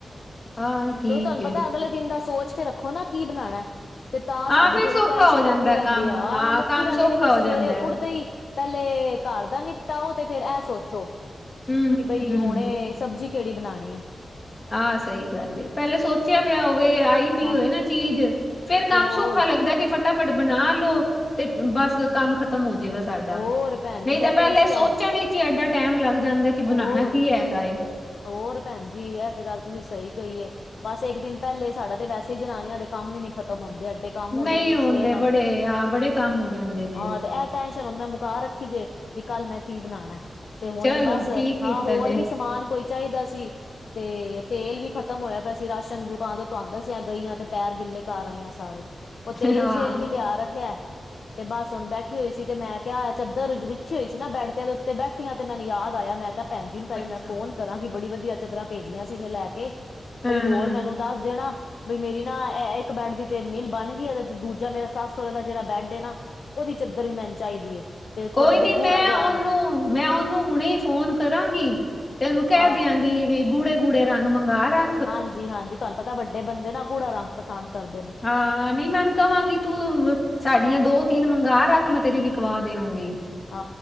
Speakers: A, on the left (about 45°); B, on the left (about 75°).
A: ਹਾਂ ਠੀਕ
B: ਓ ਤੁਹਾਨੂੰ
A: ਏ
B: ਪਤਾ ਅਗਲੇ ਦਿਨ ਦਾ ਸੋਚ ਕੇ ਰੱਖੋ ਨਾ ਕੀ ਬਣਾਣਾ ਤੇ ਤਾਂ
A: ਹਾਂ
B: ਸਾਡੀ
A: ਫੇਰ
B: ਥੋੜ੍ਹੀ
A: ਸੌਖਾ
B: ਟੈਨਸ਼ਨ
A: ਹੋ ਜਾਂਦਾ
B: ਮੁੱਕੀ ਰਹਿੰਦੀ
A: ਕੰਮ
B: ਆ
A: ਹਾਂ
B: ਮੁੱਕੀ
A: ਕੰਮ
B: ਰਹਿੰਦੀ
A: ਸੌਖਾ
B: ਨਈ ਤੇ ਸਵੇਰੇ
A: ਹੋ ਜਾਂਦਾ
B: ਉੱਠਦੇ ਈ ਪੈਲੇ ਘਰ ਦਾ ਨਿਪਟਾਓ ਤੇ ਫੇਰ ਐ ਸੋਚੋ
A: ਹਮ
B: ਕਿ ਬਈ
A: ਹਮ
B: ਹੁਣੇ ਸਬਜ਼ੀ ਕਿਹੜੀ ਬਣਾਣੀ ਐ।
A: ਆ ਸਈ ਗੱਲ ਏ ਪਹਿਲੇ ਸੋ ਚਿਆ ਪਿਆ ਹੋਵੇ ਆਈ ਪੀ
B: ਹਾਂ
A: ਹੋਵੇ ਨਾ ਚੀਜ਼ ਫੇਰ ਕੰਮ
B: ਤੇ ਹੋਰ
A: ਸੌਖਾ ਲੱਗਦਾ ਕਿ ਫ ਫਟਾਫਟ ਬਣਾ ਲੋ ਤੇ ਬਸ ਕੰਮ ਖਤਮ ਹੋਜੇਗਾ। ਸਾਡਾ
B: ਹੋਰ ਭੈਣ
A: ਨਈ
B: ਜੀ ਮੈਂ
A: ਤੇ ਪਹਿਲਾ
B: ਇਸ
A: ਸੋਚਣ
B: ਟਾਈਮ
A: ਈ ਚੀ ਐਡਾ ਟੈਮ ਲੱਗ ਜਾਂਦਾ ਕੀ
B: ਹੋਰ
A: ਬਣਾਣਾ ਕੀ ਹੈਗਾ ਏ।
B: ਹੋਰ ਭੈਣ ਜੀ ਐ ਤੇ ਗੱਲ ਤੁਸੀਂ ਸਈ ਕਈ ਏ। ਬਸ ਇੱਕ ਦਿਨ ਪਹਿਲੇ ਸਾਡਾ ਤੇ ਵੈਸੇ ਹੀ ਜਨਾਨੀਆਂ ਦੇ ਕੰਮ ਈ ਨੀ ਖਤਮ ਹੁੰਦੇ ਐਡੇ ਕੰਮ ਹੋ
A: ਨਹੀਂ
B: ਜਾਂਦੇ
A: ਹੁੰਦੇ
B: ਸਵੇਰ ਨਾਲ
A: ਬੜੇ ਹਾਂ ਬੜੇ ਕੰਮ ਹੋ ਜਾਂਦੇ ਜੇ
B: ਆ ਤੇ ਐ ਟੈਂਸ਼ਨ ਹੁਣ ਮੈਂ ਮੁਕਾ ਰੱਖੀ ਜੇ ਵੀ ਕੱਲ ਮੈਂ ਕੀ ਬਣਾਣਾ ਤੇ ਹੁਣੇ
A: ਚਲੋ
B: ਬਸ
A: ਠੀਕ
B: ਹਾਂ
A: ਕੀਤਾ
B: ਹੋਰ
A: ਜੇ
B: ਵੀ ਸ ਸਮਾਨ ਕੋਈ ਚਾਈਦਾ ਸੀ। ਤੇ ਤੇਲ ਵੀ ਖਤਮ ਹੋਇਆ ਪਿਆ ਸੀ ਰਾਸ਼ਨ ਦੀ ਦੁਕਾਨ ਤੋਂ ਆਂਦਾ ਸੀ ਗਈਆਂ ਤੇ ਪੈਰ ਗਿੱਲੇ ਕਰ ਆਈ ਆ ਸਾਰੇ। ਓ ਤੇਲ
A: ਹਾਂ
B: ਸ਼ੇਲ ਵੀ ਲਿਆ ਰੱਖਿਆ। ਤੇ ਬਸ ਹੁਣ ਬੈਠੀ ਹੋਈ ਸੀ ਤੇ ਮੈਂ ਕਿਆ ਏ ਚਾਦਰ ਵਿੱਛੀ ਹੋਈ ਸੀ ਨਾ ਬੈਠੀ ਆ ਉੱਤੇ ਬੈਠੀ ਆਂ ਤੇ ਮੈਨੂੰ ਯਾਦ ਲਾਇਆ ਮੈਂ ਤਾਂ ਭੈਣਜੀ ਨੂੰ ਪਹਿਲੇ
A: ਅੱਛਾ
B: ਮੈਂ ਫੋਨ ਕਰਾਂਗੀ ਬੜੀ ਵਧੀਆ ਚੱਦਰਾਂ ਭੇਜੀਆਂ ਸੀ ਏਨੇ ਲੈ ਕੇ।
A: ਹਾਂ
B: ਵੀ ਹੋਰ
A: ਹਾਂ
B: ਮੈਨੂੰ ਦੱਸ ਦੇਣਾ। ਬਈ ਮੇਰੀ ਨਾ ਇੱਕ ਬੈਡ ਦੀ ਤੇ ਮਿਲ ਬਣ ਗਈ ਦੂਜਾ ਮੇਰਾ ਸੱਸ ਸੋਰੇ ਦਾ ਜਿਹੜਾ ਬੈਡ ਏ ਨਾ। ਓਦੀ ਚਾਦਰ ਵੀ ਮੈਨੂੰ ਚਾਈਦੀ ਏ ਤੇ
A: ਕੋਈ
B: ਥੋੜਾ
A: ਨੀ
B: ਡੁ ਗੂੜਾ
A: ਮੈਂ
B: ਜਾ
A: ਉਹਨੂੰ
B: ਰੰਗ
A: ਮੈਂ ਓਨੂੰ ਹੁਣੇ ਈ ਫੋਨ ਕਰਾਂਗੀ ਤੇ ਓਨੂੰ ਕਹਿ
B: ਹਾਂ
A: ਦਿਆਂਗੀ ਵੀ ਗੂੜੇ ਗੂੜੇ ਰੰਗ ਮੰਗ ਰਾ
B: ਹਾਂਜੀ-ਹਾਂਜੀ ਤੁਹਾਨੂੰ ਪਤਾ ਵੱਡੇ ਬੰਦੇ ਨਾ ਗੂੜਾ ਰੰਗ ਪਸੰਦ ਕਰਦੇ ਨੇ।
A: ਹਾਂ ਨੀ ਮੈਂ ਓਨੂੰ ਕਵਾਂਗੀ ਤੂੰ ਸਾਡੀਆਂ ਦੋ ਤਿੰਨ ਮੰਗਾ ਰੱਖ ਮੈਂ ਤੇਰੀ ਵਿਕਵਾ ਦਿਆਂਗੀ।
B: ਆ